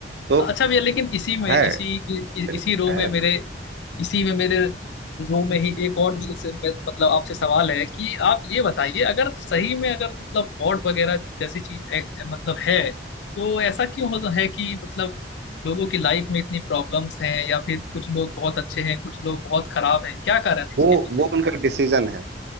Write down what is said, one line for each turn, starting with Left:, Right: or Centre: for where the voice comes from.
Right: तो
Left: अच्छा भैया लेकिन इसी में
Right: है
Left: इसी इ,
Right: बिल्कुल
Left: इसी रो
Right: है
Left: में मेरे इसी में मेरे रो में ही एक और भी जैसे मैं- मतलब आपसे सवाल है कि आप ये बताइए अगर सही में अगर मतलब गॉड वगैरह जैसी चीज ए- ए- मतलब है तो ऐसा क्यों होता है कि मतलब लोगों की लाइफ में इतनी प्रॉब्लम्स हैं या फिर कुछ लोग बहुत अच्छे हैं कुछ लोग बहुत खराब हैं क्या कारण है इसके
Right: वो
Left: पीछे
Right: वो उनका डिसीजन है